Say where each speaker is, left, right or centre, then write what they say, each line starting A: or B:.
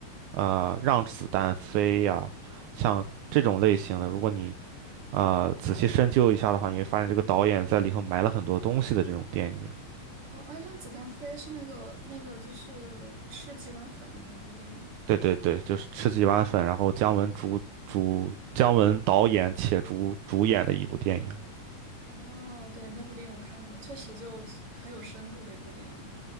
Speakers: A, on the right (about 75°); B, on the right (about 40°).
A: 呃《让子弹飞》呀，像这种类型的，如果你呃仔细深究一下的话，你会发现这个导演在里头埋了很多东西的这种电影。
B: 哦，《爱上子弹飞》是那个那个就是吃几碗粉的那部电影吗
A: 对对对，就是吃几碗粉，然后姜文主主姜文导演且主主演的一部电影。
B: 哦，对，那部电影我看过，确实就很有深度的一部电影。